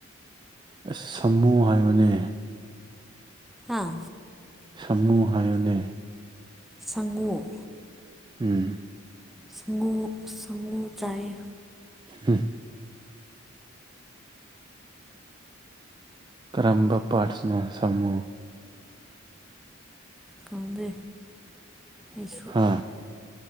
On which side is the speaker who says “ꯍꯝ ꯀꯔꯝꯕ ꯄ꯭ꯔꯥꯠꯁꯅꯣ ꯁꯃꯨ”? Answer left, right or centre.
Right